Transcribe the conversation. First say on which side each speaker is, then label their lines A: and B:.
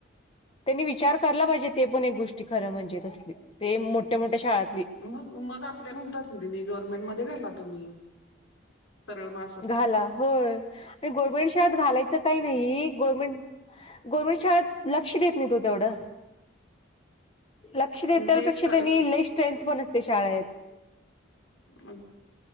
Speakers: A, on the left; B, on the left.
A: त्यांनी विचार कला पाहिजे. म्हण ते पण एक गोष्टी खरं म्हणज तसली. ते मोठ्या मोठ्या शाळातली.
B: मग मग आपल्या म्हणतात तेनी. गव्हर्नमेंट मध्ये घाला तुम्ही. सळ म अस
A: घाला. होय. आणि गव्हरमेंट शाळात घालायचं काही नाही. गव्हर्मेंट गव्हर्नमेंट शाळेत लक्ष देत नाहीत ओ तेवढं. लक्ष देत्याल
B: तेच
A: पेक्षा
B: तर
A: त्यांनी. लेई स्ट्रेथ पण असते शाळेत.
B: अ <unintelligible>